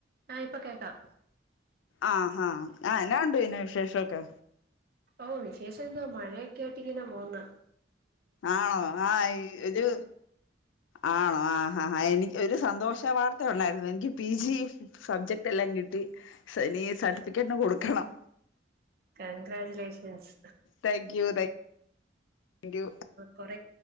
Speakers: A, on the right; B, on the left.
A: ആഹ ഇപ്പൊ കേക്കാം
B: ആഹ് ആ എന്നാ ഉണ്ടു പിന്നെ വിശേഷമൊക്കെ
A: ഓ വിശേഷം എന്തോവാ മഴയൊക്കെയ ആയിട്ട് ഇങ്ങനെ പോകുന്ന
B: ആണോ ആഹ ഒരു ആണോ ആഹാ ആ എനിക്ക് ഒരു സന്തോഷ വാർത്ത ഉണ്ടായിരുന്നു എനിക്ക് പി ജി സബ്ജക്ട് എല്ലാം കിട്ടി ഇനി സർട്ടിഫിക്കറ്റിന് കൊടുക്കണം
A: congratulations
B: thank you thank you
A: കൊറ